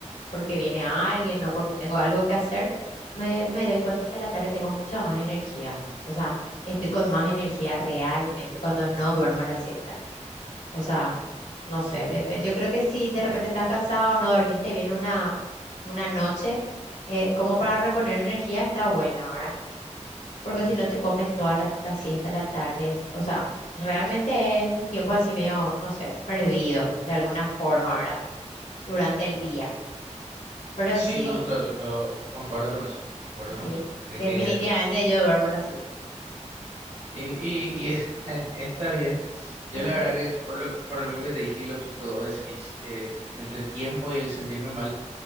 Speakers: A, on the left; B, on the right.
A: Porque viene alguien, no porque tengo algo que hacer, me, me doy cuenta que a la tarde tengo mucha más energía. O sea, estoy con más energía realmente cuando no duermo la siesta. O sea, no sé, depende. Yo creo que si de repente estás cansado, no dormiste bien una, una noche, eh, como para reponer energía está buena ahora, porque
B: ujú.
A: si no te comes toda la, la siesta, la tarde, o sea, realmente es un tiempo así medio, no sé, perdido de alguna forma ahora, durante el día. Pero
B: Sí,
A: sí,
B: no, yo, yo- yo concuerdo con eso, concuerdo con
A: sí,
B: eso, de
A: definitivamente
B: que,
A: yo duermo la siesta.
B: y, y- y <laughs> está bien, yo
A: <laughs>
B: la verdad que por lo, por lo mismo que te dije y lo mismo que vos decís, eh, entre el tiempo y el sentirme mal,